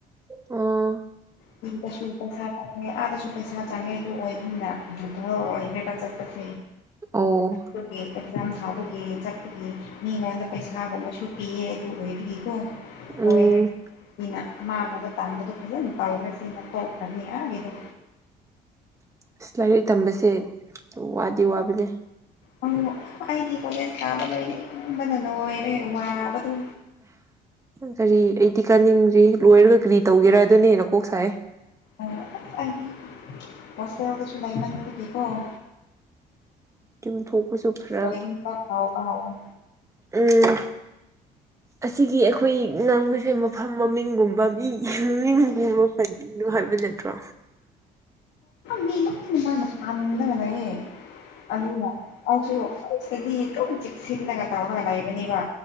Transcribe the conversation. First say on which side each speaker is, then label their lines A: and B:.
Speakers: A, on the right; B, on the left.
A: ꯎꯨꯝ
B: <inaudible> ꯆꯪꯉꯦ ꯑꯥꯗꯁꯨ ꯄꯩꯁꯥ ꯆꯪꯉꯦ ꯑꯗꯨ ꯑꯣꯏꯕꯨꯝꯅ ꯐ ꯑꯣꯏꯔꯦꯕ ꯆꯠꯄꯁꯦ
A: ꯑꯣ
B: ꯑꯗꯨꯒꯤ ꯑꯦꯛꯖꯥꯝ ꯊꯥꯕꯒꯤ ꯆꯠꯄꯒꯤ ꯃꯤ ꯃꯌꯥꯝꯗ ꯄꯩꯁꯥꯒꯨꯝꯕꯁꯨ ꯄꯤꯌꯦ ꯑꯗꯨ ꯑꯣꯏꯕꯒꯤ ꯀꯣ
A: ꯎꯝ
B: ꯑꯣꯏꯔꯦ ꯃꯤꯅ ꯑꯃꯥꯡꯕꯗꯣ ꯇꯝꯕꯗꯣ ꯐꯖꯅ ꯇꯥꯎ ꯃꯦꯁꯤꯅ ꯇꯣꯞꯄꯅꯤ ꯍꯥꯏꯒꯗ
A: ꯑꯦꯁ ꯂꯥꯏꯔꯤꯛ ꯇꯝꯕꯁꯦ ꯋꯥꯗꯤ ꯋꯥꯕꯅꯦ
B: ꯑ ꯑꯩꯗꯤ ꯀꯣꯂꯦꯖ ꯀꯥꯕ ꯂꯣꯏꯅꯤꯡꯕꯅ ꯂꯣꯏꯔꯦ ꯋꯥꯕꯗꯨ
A: ꯀꯔꯤ ꯑꯩꯗꯤ ꯀꯥꯅꯤꯡꯗ꯭ꯔꯤ ꯂꯣꯏꯔꯒ ꯀꯔꯤ ꯇꯧꯒꯦꯔꯥ ꯑꯗꯨꯅ ꯍꯦꯟꯅ ꯀꯣꯛ ꯁꯥꯏ
B: ꯑꯣ ꯑꯩꯗꯤ ꯍꫭꯁꯇꯦꯜꯗꯁꯨ ꯂꯩꯃꯟꯕꯒꯤ ꯀꫭ
A: ꯇꯝꯊꯣꯛ ꯈꯨꯁꯨꯄ
B: ꯂꯣꯏꯅꯤꯡꯕ ꯐꯥꯎꯕ ꯍꯧꯔꯦ
A: ꯎꯝ ꯑꯁꯤꯒꯤ ꯑꯩꯈꯣꯏ ꯉꯥꯡꯕꯁꯦ ꯃ ꯃꯐꯝ ꯃꯃꯤꯡꯒꯨꯝꯕꯒꯤ ꯃꯃꯤꯡꯒꯨꯝꯕ ꯏꯕ ꯅꯠꯇ꯭ꯔꯣ
B: ꯃꯤ ꯂ ꯃꯥꯅ ꯄꯥꯟꯗꯒꯅꯑꯦ ꯑꯗꯨꯂꯁꯨ ꯍꯥꯏꯗꯤ ꯑꯗꯨꯛ ꯆꯤꯛ ꯁꯤꯟꯅꯒ ꯇꯥꯎꯔꯒ ꯂꯩꯕꯅꯦꯕ